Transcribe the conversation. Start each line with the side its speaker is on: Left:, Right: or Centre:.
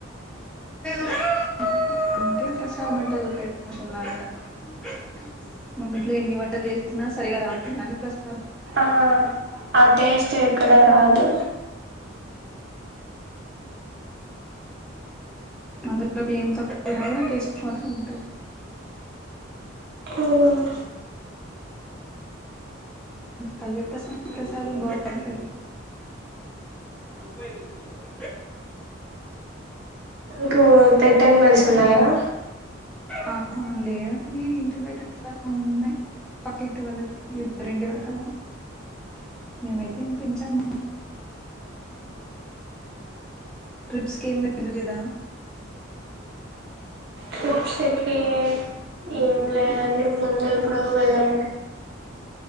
Centre: <unintelligible> మన ఇంట్లో ఎన్ని వంటలు చేసినా సరిగా రాదు కానీ ప్రస్
Right: ఆ ఆ టేస్ట్ ఎక్కడా రాదు
Centre: అందులో ఏం తక్కువ అయినా కూడా టేస్ట్ మాత్రం ఉంటది
Right: అవున
Centre: పయ్యప్ప స్వామి ప్రసాదం బాంటది ముప్పై రగుది కూట్ం
Right: మీకు పెట్ట్ అనిమల్స్ ఉన్నాయా
Centre: ఆ లేవండి ఇంటి బయ ట ఉన్నాయి పక్కింటి వాళ్ళకి రెండు <inaudible> వాళ్ళ కలా మేమైతే ఏమ్ పెంచాము ట్రిప్స్ కేమి వెళ్లలేదా
Right: ట్రిప్స్ కి ఏం లేదండి ముందు ఎప్పుడో వెళ్ళాము